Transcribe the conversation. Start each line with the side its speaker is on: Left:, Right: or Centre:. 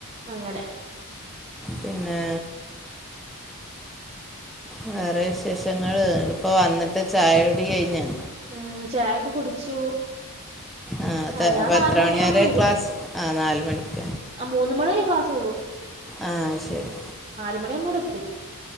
Right: അങ്ങനെ
Centre: പിന്നെ വേറെ വിശേഷങ്ങള് ഇങ്ങട്പ്പ വന്നിട്ട് ചായകുടി കഴിഞ്ഞോ?
Right: ഉം ചായൊക്കെ കുടിച്ചു.
Centre: ആഹ് അതെ
Right: ആ ഞാൻ
Centre: അപ്പ
Right: നാല്
Centre: എത്ര മണി
Right: മണിയാവുമ്പോ
Centre: വരെ ക്ലാസ് ആഹ് നാല് മണിക്ക.
Right: ആഹ് മൂന്ന് മണി വരെ ക്ലാസൊള്ളു.
Centre: ആഹ് അത് ശെരി.
Right: ന്ന് മണി ആവുമ്പം ഇവടെത്തും.